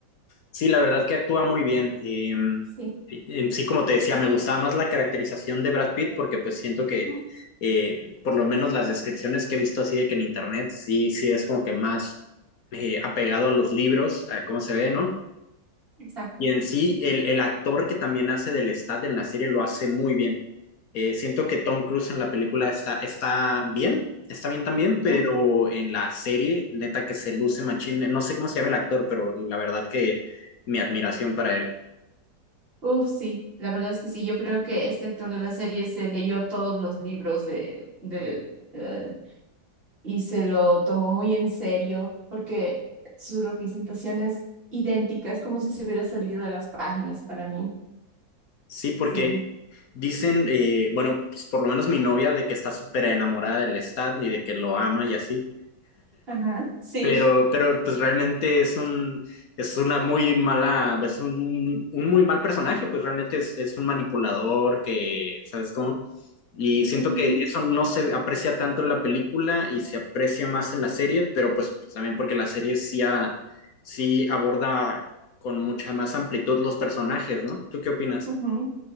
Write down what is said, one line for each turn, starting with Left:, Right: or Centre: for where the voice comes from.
Left: Sí, la verdad que actúa muy bien. Eh,
Right: Sí.
Left: en sí, como te decía, me gustaba más la caracterización de Brad Pitt porque pues siento que
Right: Ujú,
Left: eh, por lo menos las descripciones que he visto así de que en internet sí, sí es como que más eh, apegado a los libros, a cómo se ve, ¿no?
Right: Exacto.
Left: Y en sí, el, el actor que también hace del Stat en la serie lo hace muy bien. Eh, siento que Tom Cruise en la película está, está bien, está bien también,
Right: Ujú.
Left: pero en la serie, neta que se luce machín. No sé cómo se llama el actor, pero la verdad que mi admiración para él.
Right: Uf, sí. La verdad es que sí, yo creo que este actor de la serie se leyó todos los libros de, de, eh, y se lo tomó muy en serio porque su representación es idéntica, es como si se hubiera salido de las páginas para mí.
Left: Sí, porque
Right: Sí.
Left: dicen, eh, bueno, pues por lo menos mi novia, de que está súper enamorada del Stat y de que lo ama y así.
Right: Ajá. Sí.
Left: Pero, pero pues realmente es un, es una muy mala, es un, un muy mal personaje, pues realmente es, es un manipulador que, ¿sabes cómo? Y siento
Right: Ujú,
Left: que eso no se aprecia tanto en la película y se aprecia más en la serie, pero pues, pues, también porque la serie sí, a- sí aborda con mucha más amplitud los personajes, ¿no? ¿Tú qué opinas?
Right: ujú.